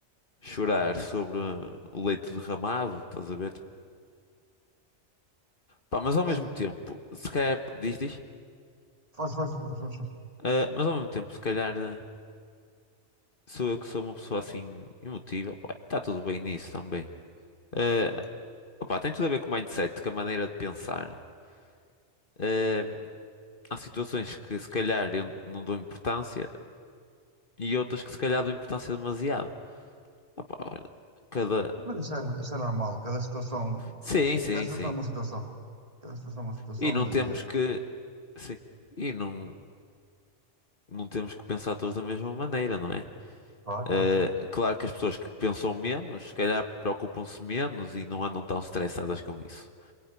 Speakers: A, on the left; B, on the right.
A: chorar sobre ah, o leite derramado, estás a ver? Pá, mas ao mesmo
B: Sim,
A: tempo, se calhar. Diz, diz.
B: força, força, força, força.
A: Ah, mas ao mesmo tempo, se calhar ah, sou eu que sou uma pessoa assim emotiva. Opa, está tudo bem nisso também. Ah, opa, tem tudo a ver com o mindset, com a maneira de pensar. Ah, há situações que se calhar eu não dou importância e outras que se calhar dou importância demasiado. Opa, olha, cada.
B: Mas isso é, isso é normal, cada situação,
A: Sim, sim,
B: cada situação
A: sim.
B: é uma situação. Cada situação é uma situação
A: E não temos
B: e, eh,
A: que. Sim. E não, não temos que pensar todos da mesma maneira, não é?
B: claro,
A: Eh,
B: claro.
A: claro que as pessoas que pensam menos, se calhar preocupam-se menos e não andam tão estressadas com isso.